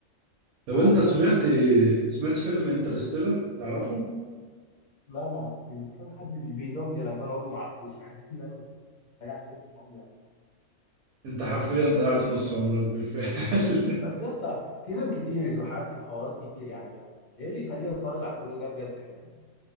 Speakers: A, on the right; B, on the left.
A: طب
B: انا
A: انت
B: عشان
A: سمعت
B: اضحك
A: سمعت فيلم انترستيلر تعرفه
B: لا ما اعرفوش بس كان حد بي- بيلومني لما انا اقول له ما اعرفوش مع اساس ان انا ضيعت نص عمري
A: انت حرفيا ضيعت نص عمرك بالفعل <laughs>
B: بس يا اسطى سيزون كتير زحات وحوارات كتير يعني انا أنا ايه اللي يخليني اتفرج على كل ده بجد يا جدعان